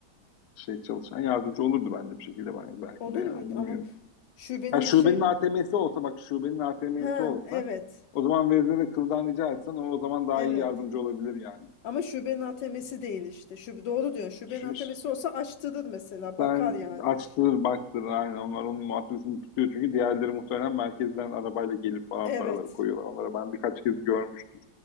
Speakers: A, on the left; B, on the left.
A: şey çalışan yardımcı olurdu bence bir şekilde ben, belki
B: Olur
A: de ya
B: muydu?
A: bilmiyorum.
B: Ama şubenin
A: Ya şubenin
B: de şey
A: ATM'si olsa bak şubenin ATM'si
B: ha
A: olsa
B: evet
A: o zaman vezne ve kızdan rica etsen o, o zaman daha
B: evet
A: iyi yardımcı olabilir yani.
B: Ama şubenin ATM'si değil işte. Şube, doğru diyorsun. Şubenin
A: Şu,
B: ATM'si olsa açtırır mesela. Bakar
A: Sen
B: yani
A: açtır
B: şey.
A: baktır aynen onlar onun muhasebesini tutuyor çünkü diğerleri muhtemelen merkezden arabayla gelip falan
B: Evet.
A: paraları koyuyorlar. Onlara ben birkaç kez görmüştüm.